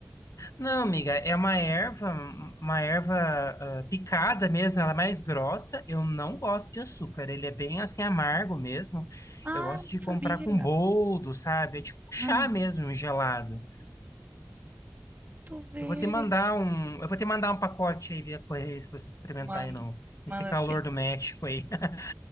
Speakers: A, on the left; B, on the right.
A: Não, amiga, é uma erva, uma erva ah, picada mesmo, ela é mais grossa. Eu não gosto de açúcar, ele é bem assim amargo mesmo.
B: Ah,
A: Eu gosto
B: não
A: de
B: sabia.
A: comprar com boldo, sabe? É tipo um chá
B: Hum,
A: mesmo, um gelado.
B: tu vê.
A: Eu vou te mandar um, eu vou te mandar um pacote aí via correio se você experimentar
B: Manda,
A: aí no,
B: manda
A: nesse calor
B: assim.
A: do México aí. <laughs>